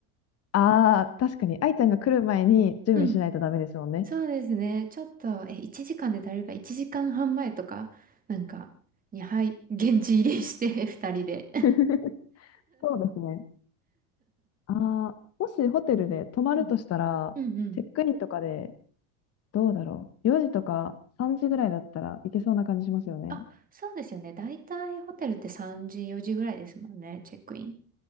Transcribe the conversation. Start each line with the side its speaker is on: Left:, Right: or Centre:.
Left: ああ、確かに、愛ちゃんが来る前に準備しないとダメですもんね。
Right: うん。そうですね。ちょっと、え、1時間で足りるか1時間半前とか、なんか、に、はい、現地入りして2人 <laughs> で。
Left: <laughs> そうですね。ああ、もしホテルで泊まるとしたら、
Right: うんうんうん。
Left: チェックインとかで、どうだろう。4時とか3時ぐらいだったらいけそうな感じしますよね。
Right: あ、そうですよね。だいたいホテルって3時、4時ぐらいですもんね。チェックイン。